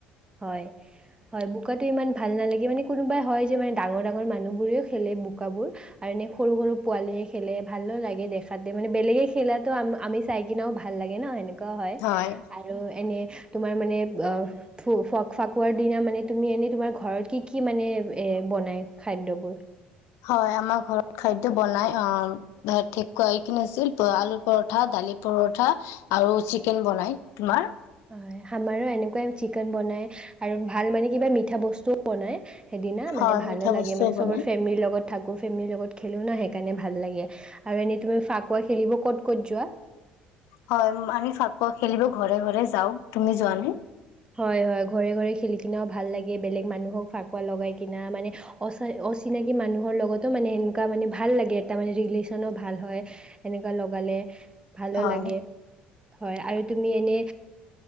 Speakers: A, on the right (about 20°); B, on the left (about 60°).
A: হয় হয় বুকাতে ইমান ভাল নালাগে মানে কোনোবাই হয় যে মানে ডাঙৰ ডাঙৰ মানুহবোৰেও খেলে বোকাবোৰ আৰু এনে সৰু সৰু পোৱালিয় খেলে ভালো লাগে দেখাতে মানে বেলেগে খেলাটো আমি চাই কিনাও ভাল লাগে ন সেনেকুৱা আৰু
B: হয়
A: এনে তোমাৰ মানে অঁ ফ ফ ফাকুৱাৰ দিনা মানে তুমি এনে তোমাৰ ঘৰত কি কি মানে এ বনাই খাদ্যবোৰ
B: হয় আমাৰ ঘৰত খাদ্য বনাই আঁ আৰু কি আছিল আলু পৰঠা দালি পৰঠা আৰু চিকেন বনাই তোমাৰ
A: হয় আমাৰো এনেকুৱাই চিকেন বনাই আৰু ভাল মানে কিবা মিঠা বস্তুও বনাই সেইদিনা
B: হয়
A: মানে ভালো
B: মিঠা
A: লাগে
B: বস্তুও
A: মানে
B: বনাই
A: চবৰ ফেমিলিৰ লগত থাকো ফেমিলিৰ লগত খেলো না সেইকাৰণে ভাল লাগে আৰু এনেই তুমি ফাকুৱা খেলিব ক'ত ক'ত যোৱা
B: হয় আমি ফাকুৱা খেলিব ঘৰে ঘৰে যাওঁ তুমি যোৱানে
A: হয় হয় ঘৰে ঘৰে খেলি কিনাও ভাল লাগে বেলেগ মানুহক ফাকুৱা লগাই কিনা মানে অচিনাকি মানুহৰ লগতো মানে সেনেকুৱা মানে ভাল লাগে এটা মানে ৰিলেশ্যনো ভাল হয় সেনেকুৱা লগালে ভালো
B: হয়
A: লাগে হয় আৰু তুমি এনে